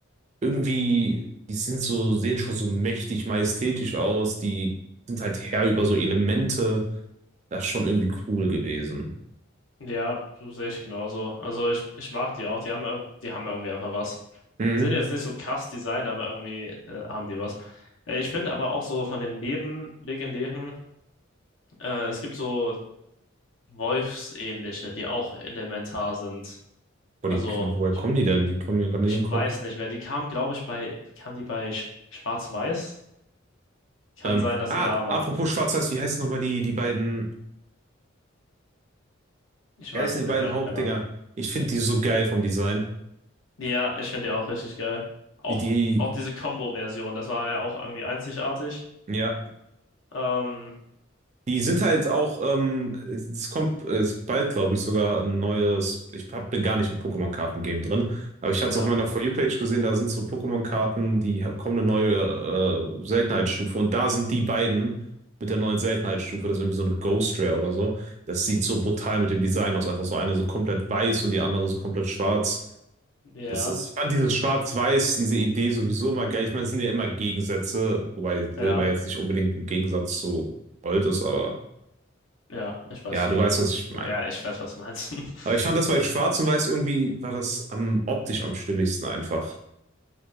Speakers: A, on the right; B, on the left.
A: irgendwie, die sind so, sehen schon so mächtig majestätisch aus, die sind halt Herr über so Elemente. Das ist schon irgendwie cool gewesen.
B: Ja, so sehe ich genauso. Also ich, ich mag die auch. Die haben, irg- die haben irgendwie einfach was.
A: Mhm.
B: Sind jetzt nicht so krass Design, aber irgendwie äh, haben die was. Äh, ich finde aber auch so von den Nebenlegendären, äh, es gibt so Wolfsähnliche, die auch elementar sind.
A: Wo
B: Also
A: die, woher
B: ich,
A: kommen die denn? Die kommen mir gerade nicht
B: ich
A: in den Kopf.
B: weiß nicht mehr. Die kamen, glaube ich, bei, kamen die bei Sch Schwarz-Weiß? Kann
A: Ähm,
B: sein, dass
A: ah,
B: die da waren.
A: apropos Schwarz-Weiß, wie heißen nochmal die, die beiden,
B: Ich
A: wie
B: weiß
A: heißen
B: es
A: die
B: nicht
A: beiden
B: mehr.
A: Hauptdinger?
B: Keine Ahnung.
A: Ich finde die so geil vom Design.
B: Ja, ich finde die auch richtig geil. Auch,
A: Die,
B: auch diese Combo-Version, das war ja auch irgendwie einzigartig.
A: ja.
B: Ähm,
A: Die sind halt auch, ähm, es kommt es bald, glaube ich, sogar ein neues. Ich hab, bin gar nicht im Pokémon-Karten-Game drin, aber ich hatte
B: Ja,
A: es auf meiner For You-Page gesehen, da sind so Pokémon-Karten, die ha- kommen eine neue äh, Seltenheitsstufe und da sind die beiden mit der neuen Seltenheitsstufe, das ist irgendwie so eine Ghost Rare oder so. Das sieht so brutal mit dem Design aus, einfach so eine so komplett weiß und die andere so komplett schwarz.
B: ja,
A: Das ist, ich fand
B: okay.
A: dieses Schwarz-Weiß, diese Idee sowieso immer geil. Ich meine, es sind ja immer Gegensätze, wobei Silber
B: Ja,
A: jetzt nicht unbedingt ein Gegensatz zu Gold ist, aber.
B: ja, ich weiß.
A: Ja, du weißt, was ich
B: Ja,
A: meine.
B: ich weiß, was du meinst. <laughs>
A: Aber ich fand das bei Schwarz und Weiß irgendwie war das am optisch am stimmigsten einfach.